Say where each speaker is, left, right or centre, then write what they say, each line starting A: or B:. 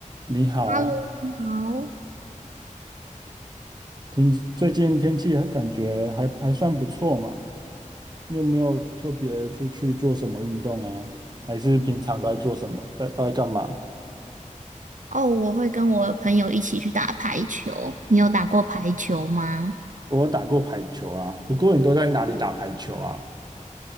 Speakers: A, on the right (about 30°); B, on the right (about 70°).
A: 你好，
B: 哈喽，
A: 啊，
B: 你好。
A: 听，最近天气还感觉还还算不错嘛？你有没有特别出去做什么运动啊？还是平常都在做什么？在都在干嘛？
B: 哦，我会跟我的朋友一起去打排球。你有打过排球吗？
A: 我有打过排球啊，不过你都在哪里打排球啊？